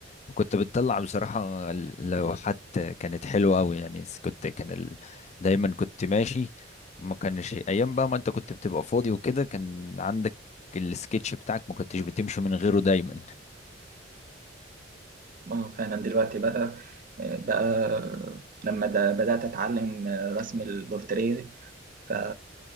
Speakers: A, on the left; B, on the right.
A: وكنت بتطلع بصراحة اللوحات كانت حلوة قوي يعني س- كنت كان ال... دايما كنت ماشي ما كانش ايام بقى ما انت كنت بتبقى فاضي وكده كان عندك السكتش بتاعك ما كنتش بتمشي من غيره دايما
B: اه فعلا دلوقتي بقى بقى لما ده بدأت أتعلم رسم البورتريه ف